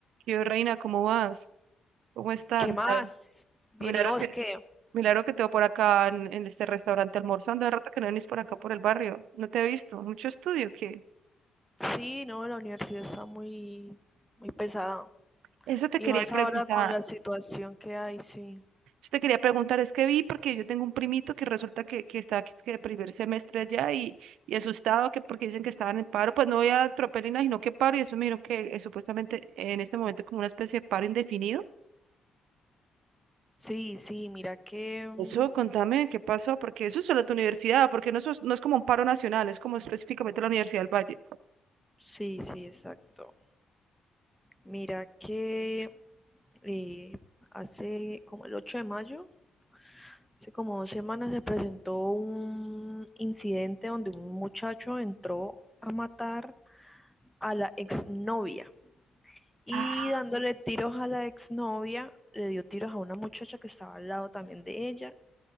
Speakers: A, on the right (about 80°); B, in the centre.
A: Yo, Reina, ¿cómo vas? ¿Cómo estás?
B: ¿Qué
A: Milagro,
B: más? Bien,
A: milagro
B: ¿y vos
A: que,
B: qué?
A: milagro que te veo por acá en, en este restaurante almorzando. De rato que no venís por acá por el barrio. No te he visto. Mucho estudio, ¿qué?
B: Sí, no, la universidad está muy, muy pesada.
A: Eso te
B: Y
A: quería
B: más ahora
A: preguntar.
B: con la situación que hay, sí.
A: Eso te quería preguntar. Es que vi porque yo tengo un primito que resulta que, que está aquí, que de primer semestre allá y, y asustado que porque dicen que estaban en paro. Pues no voy a tropelina, sino que paro. Y después me dijeron que eh, supuestamente en este momento como una especie de paro indefinido.
B: Sí, sí, mira que... mm,
A: Eso, contame qué pasó, porque eso es solo tu universidad, porque no, sos- no es como un paro nacional, es como específicamente la Universidad del Valle.
B: Sí, sí, exacto. Mira que eh, hace como el 8 de mayo, hace como dos semanas se presentó un incidente donde un muchacho entró a matar a la exnovia Y
A: Ah,
B: dándole tiros a la exnovia, le dio tiros a una muchacha que estaba al lado también de ella,